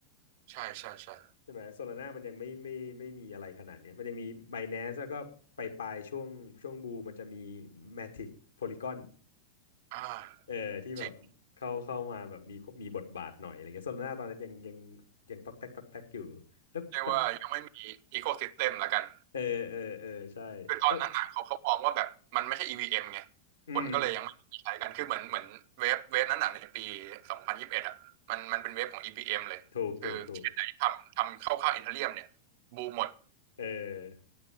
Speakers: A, on the right; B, on the left.
A: ใช่ใช่ใช่
B: ใช่ไหมโซลาร่ามันยังไม่ไม่ไม่มีอะไรขนาดเนี้ยมันยังมี Binance แล้วก็ไปปลายๆช่วงช่วงบูมมันจะมี Matic Polygon
A: อ่า
B: เออที่แบบเข้าเข้ามาแบบมีมีบทบาทหน่อยอะไรเงี้ยโซลาร่าตอนนั้นยังยัง
A: จริง
B: ยังตอกแตกตอกแตกอยู่แล้ว
A: เรียกว่ายังไม่มีอีโคซิสเต็มละกัน
B: เออเออเออใช่แล้ว
A: คือตอนนั้นอ่ะเขาเขามองว่าแบบมันไม่ใช่ EVM ไง
B: อืม
A: คนก็เลยยังไม่ใช้กันคือเหมือนเหมือนเวฟเวฟนั้นอ่ะในปี2021องพันยี่สิบเอ็ดอะมันมันเป็นเวฟของ e v m เอ็มเลยคือเชนไหนทำทำเข้าค่ายอีเธเรียมเนี่ยบูมหมด
B: ถูกถูกถูกเออ